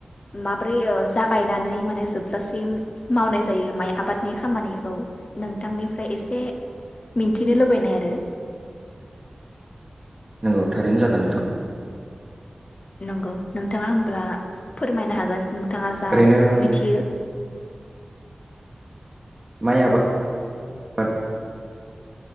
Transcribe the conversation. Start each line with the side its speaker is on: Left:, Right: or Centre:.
Left: माबोरै ओ जागायनानै माने जोबजासिम मावनाय जायो माइ आबादनि खामानिखौ नोंथांनिफ्राय एसे मिन थिनो लुबैनाय आरो
Right: नंगौ थारैनो जागोन नोंथां
Left: नंगौ नोंथाङा होब्ला फोरमायनो हागोन नों बिथाङा जा
Right: ओरैनो
Left: मिथियो
Right: माय आबाद